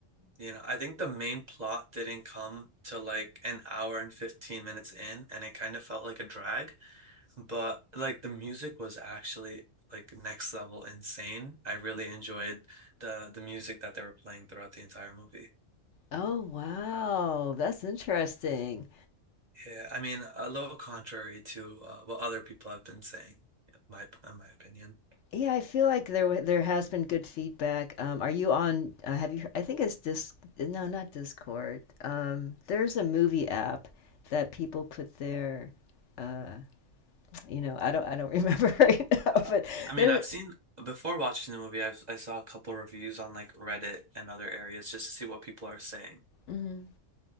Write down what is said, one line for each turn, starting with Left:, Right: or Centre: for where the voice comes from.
Right: You know, I think the main plot didn't come to like an hour and 15 minutes in, and it kind of felt like a drag. But like the music was actually like next level insane. I really enjoyed the the music that they were playing throughout the entire movie.
Left: Oh wow, that's interesting.
Right: Yeah, I mean, a little contrary to uh, what other people have been saying, in my in my opinion.
Left: Yeah, I feel like there wa- there has been good feedback. Um, are you on? Uh, have you? I think it's Dis. No, not Discord. Um, there's a movie app that people put their. Uh, you know, I don't. I don't remember <laughs> right now,
Right: Uh,
Left: but
Right: I mean,
Left: there's.
Right: I've seen before watching the movie, I've, I saw a couple reviews on like Reddit and other areas just to see what people are saying.
Left: mhm.